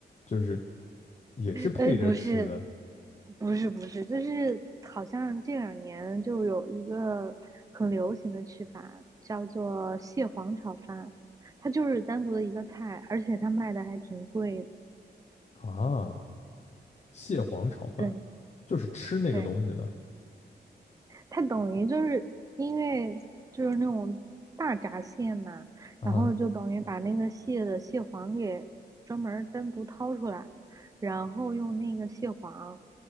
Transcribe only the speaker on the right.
哎，不是，不是，不是，就是好像这两年就有一个很流行的吃法，叫做蟹黄炒饭，它就是单独的一个菜，而且它卖的还挺贵的。
对对，它等于就是因为就是那种大闸蟹嘛，
然后就等于把那个蟹的蟹黄给专门儿单独掏出来，然后用那个蟹黄，